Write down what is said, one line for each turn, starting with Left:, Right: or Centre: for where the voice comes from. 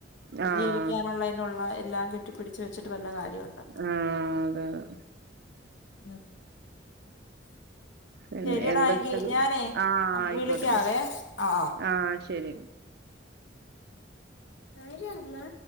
Right: ആഹ്
Left: ജീവിക്കാനുള്ളതിനുള്ള എല്ലാം കെട്ടിപ്പിടിച്ച വെച്ചിട്ട് വല്ല കാര്യമുണ്ട
Right: ആഹ് അതെ അതെ
Left: ഉം
Right: പിന്നെ
Left: ശരിയടാ
Right: എന്താ
Left: എങ്കി
Right: ഉച്ചക്ക്
Left: ഞാനേ
Right: ആഹ് ആയിക്കോട്ടെന്നാ
Left: വിളിക്കാവേ അഹ് അഹ്
Right: ആഹ് ശരി
Left: ആരാ അമ്മേ